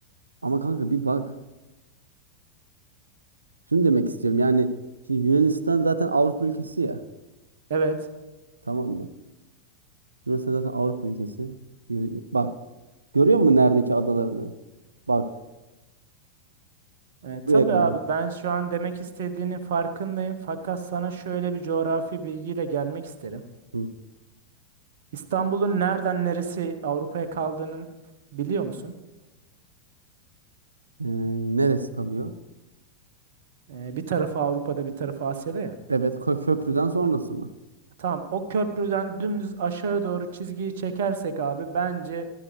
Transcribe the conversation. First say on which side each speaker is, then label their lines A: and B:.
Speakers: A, on the right (about 80°); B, on the right (about 55°).
A: Ama kanka bir bak. Şunu demek istiyorum. Yani şimdi Yunanistan zaten Avrupa ülkesi ya.
B: Evet.
A: Tamam mı? Yunanistan zaten Avrupa ülkesi. Yürü- Bak. Görüyor musun neredeki adalarını? Bak.
B: E,
A: Buraya
B: tabii
A: kadar.
B: abi ben şu an demek istediğinin farkındayım. Fakat sana şöyle bir coğrafi bilgiyle gelmek isterim.
A: Hı.
B: İstanbul'un nereden neresi Avrupa'ya kaldığının biliyor musun?
A: Ee, neresi kalıyor?
B: E, bir tarafı Avrupa'da bir tarafı Asya'da ya.
A: Evet. Kö- Köprüden sonrası mı?
B: Tamam o köprüden dümdüz aşağı doğru çizgiyi çekersek abi bence